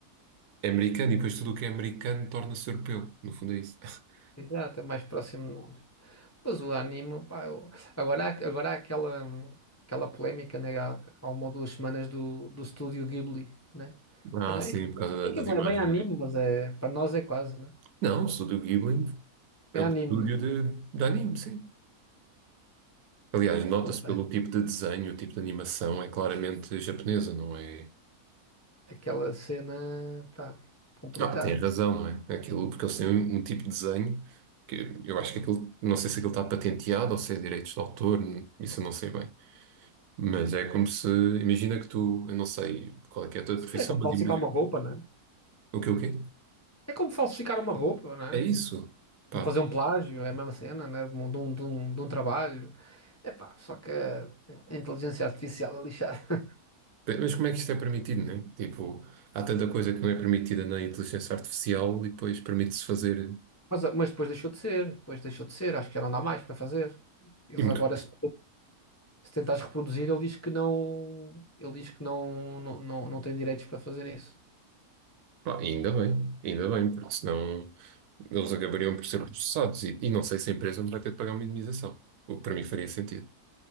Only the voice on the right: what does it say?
É americano e depois tudo o que é americano torna-se europeu. No fundo é isso. <laughs>
Ah,
sim,
por causa da-
das
imagens.
Não, o Estúdio Ghibli é
um
estúdio
de, de anime, sim. Aliás, nota-se
pelo
tipo de desenho, o tipo de animação, é claramente japonesa, não é?
Ah, tem razão, não é? Aquilo, porque eles têm um, um tipo de desenho que eu acho que aquilo, não sei se aquilo está patenteado ou se é direitos de autor, n- isso eu não sei bem. Mas é como se, imagina que tu, eu não sei qual é que é a tua
profissão,
mas
imagina.
O quê, o quê?
É isso. Pá,
Mas como é que isto é permitido, né? Tipo, há tanta coisa que não é permitida na inteligência artificial e depois permite-se fazer.
E muito
bem.
Pá, e ainda bem, ainda bem, porque senão eles acabariam por ser processados e, e não sei se a empresa não vai ter de pagar uma indemnização. O que para mim faria sentido.